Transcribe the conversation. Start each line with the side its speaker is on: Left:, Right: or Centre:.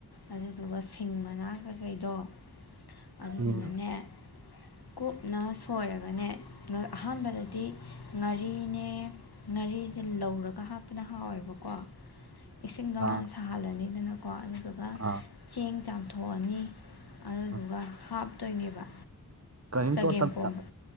Left: ꯑꯗꯨꯗꯨꯒ ꯁꯤꯡ ꯃꯅꯥ ꯀꯩꯀꯩꯗꯣ ꯑꯗꯨꯗꯨꯒꯅꯦ
Right: ꯎꯝ
Left: ꯀꯨꯞꯅ ꯁꯣꯏꯔꯒꯅꯦ ꯉ ꯑꯍꯥꯟꯕꯗꯗꯤ ꯉꯥꯔꯤꯅꯦ ꯉꯥꯔꯤꯖꯦ ꯂꯧꯔꯒ ꯍꯥꯞ ꯄꯅ ꯍꯥꯎꯋꯦꯕꯀꯣ ꯏꯁꯤꯡꯗꯣ
Right: ꯑꯥ
Left: ꯍꯥꯟꯅ ꯁꯥꯍꯜꯂꯅꯤꯗꯅꯀꯣ ꯑꯗꯨꯗꯨꯒ
Right: ꯑꯥ
Left: ꯆꯦꯡ ꯆꯥꯝꯊꯣꯛꯑꯅꯤ ꯑꯗꯨꯗꯨꯒ
Right: ꯑꯥ
Left: ꯍꯥꯞꯇꯣꯏꯅꯦꯕ
Right: ꯀꯔꯤꯝ
Left: ꯆꯒꯦꯝꯄꯣꯝꯕ
Right: ꯇꯣꯠꯇꯕꯤꯗ